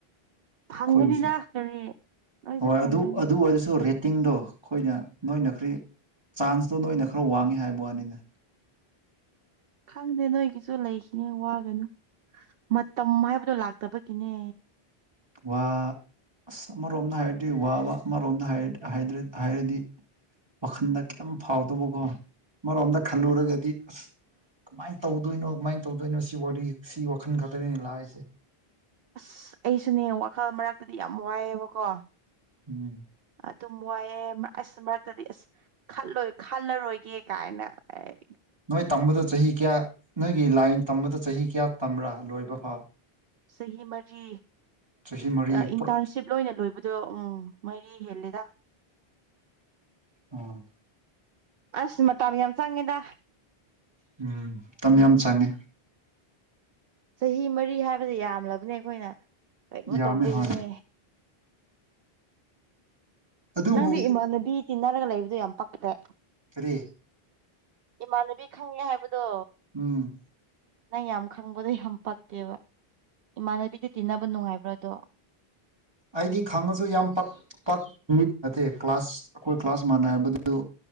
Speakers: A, on the right (about 65°); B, on the right (about 25°).
A: ꯐꯪꯒꯅꯤꯗ
B: ꯑꯩꯈꯣꯏꯒꯤꯁꯤ
A: ꯀꯔꯤ ꯅꯣꯏꯁꯨ
B: ꯍꯣꯏ
A: ꯐꯪꯒꯅꯤ
B: ꯑꯗꯨ ꯑꯗꯨ ꯑꯣꯏꯔꯁꯨ ꯔꯦꯇꯤꯡꯗꯣ ꯑꯩꯈꯣꯏꯅ ꯅꯣꯏꯅ ꯈ꯭ꯔꯤ ꯆꯥꯟꯁꯇꯣ ꯅꯣꯏꯅ ꯈꯔ ꯋꯥꯡꯉꯤ ꯍꯥꯏꯕ ꯋꯥꯅꯤꯅ
A: ꯈꯪꯗꯦ ꯅꯣꯏꯒꯤꯁꯨ ꯂꯩꯈꯤꯅꯤ ꯋꯥꯒꯅꯨ ꯃꯇꯝ ꯍꯥꯏꯕꯗꯣ ꯂꯥꯛꯇꯕꯒꯤꯅꯦ
B: ꯋꯥ ꯑꯁ ꯑꯃꯔꯣꯝꯗ ꯍꯥꯏꯔꯗꯤ ꯋꯥꯕ ꯑꯃꯔꯣꯝꯗ ꯍꯥꯏ ꯍꯥꯏꯗ꯭ꯔ ꯍꯥꯏꯔꯗꯤ ꯋꯥꯈꯟꯗ ꯀꯩꯝ ꯐꯥꯎꯗꯕꯀꯣ ꯃꯔꯣꯝꯗ ꯈꯜꯂꯨꯔꯒꯗꯤ ꯑꯁ ꯀꯃꯥꯏꯅ ꯇꯧꯗꯣꯏꯅꯣ ꯀꯃꯥꯏꯅ ꯇꯧꯗꯣꯏꯅꯣ ꯁꯤ ꯋꯥꯔꯤ ꯁꯤ ꯋꯥꯈꯜ ꯈꯛꯇꯅꯤ ꯂꯥꯛꯏꯁꯦ
A: ꯑꯁ ꯑꯩꯁꯨꯅꯦ ꯋꯥꯈꯜ ꯃꯔꯛꯇꯗꯤ ꯌꯥꯝ ꯋꯥꯏꯑꯦꯕꯀꯣ
B: ꯎꯝ
A: ꯑꯗꯨꯝ ꯋꯥꯏꯑꯦ ꯃꯔ ꯑꯁ ꯃꯔꯛꯇꯗꯤ ꯑꯁ ꯈꯜꯂꯣꯏ ꯈꯜꯂꯔꯣꯏꯒꯦ ꯀꯥꯏꯅ ꯑꯩ
B: ꯅꯣꯏ ꯇꯝꯕꯗꯣ ꯆꯍꯤ ꯀꯌꯥ ꯅꯣꯏꯒꯤ ꯂꯥꯏꯟ ꯇꯝꯕꯗ ꯆꯍꯤ ꯀꯌꯥ ꯇꯝꯕ꯭ꯔꯥ ꯂꯣꯏꯕ ꯐꯥꯎ
A: ꯆꯍꯤ ꯃꯔꯤ
B: ꯆꯍꯤ ꯃꯔꯤ
A: ꯑ ꯏꯟꯇꯔꯟꯁꯤꯞ
B: ꯄꯨꯔꯥ
A: ꯂꯣꯏꯅ ꯂꯣꯏꯕ ꯑꯗꯣ ꯎꯝ ꯃꯔꯤ ꯍꯦꯜꯂꯤꯗ
B: ꯑꯣ
A: ꯑꯁ ꯃꯇꯥꯝ ꯌꯥꯝ ꯆꯪꯉꯦꯗ
B: ꯎꯝ ꯃꯇꯝ ꯌꯥꯝ ꯆꯪꯉꯦ
A: ꯆꯍꯤ ꯃꯔꯤ ꯍꯥꯏꯕꯁꯦ ꯌꯥꯝꯂꯕꯅꯦ ꯑꯩꯈꯣꯏꯅ ꯀꯩꯅꯣ
B: ꯌꯥꯝꯃꯦ
A: ꯇꯧꯕꯩꯅꯦ
B: ꯍꯣꯏ ꯑꯗꯨꯕꯨ
A: ꯅꯪꯗꯤ ꯏꯃꯥꯟꯅꯕꯤ ꯇꯤꯟꯅꯔꯒ ꯂꯩꯕꯗꯣ ꯌꯥꯝ ꯄꯛꯇ꯭ꯔꯦ
B: ꯀꯔꯤ
A: ꯏꯃꯥꯟꯅꯕꯤ ꯈꯪꯉꯦ ꯍꯥꯏꯕꯗꯣ
B: ꯎꯝ
A: ꯅꯪ ꯌꯥꯝ ꯈꯪꯕꯗꯣ ꯌꯥꯝ ꯄꯛꯇꯦꯕ ꯏꯃꯥꯟꯅꯕꯤꯗ ꯇꯤꯟꯅꯕ ꯅꯨꯡꯉꯥꯏꯕ꯭ꯔꯥꯗꯣ
B: ꯑꯩꯗꯤ ꯈꯪꯉꯁꯨ ꯌꯥꯝ ꯄꯥꯛ ꯄꯥꯛ ꯃꯤ ꯅꯠꯇꯦ ꯀ꯭ꯂꯥꯁ ꯑꯩꯈꯣꯏ ꯀ꯭ꯂꯥꯁ ꯃꯥꯟꯅꯕꯗꯨ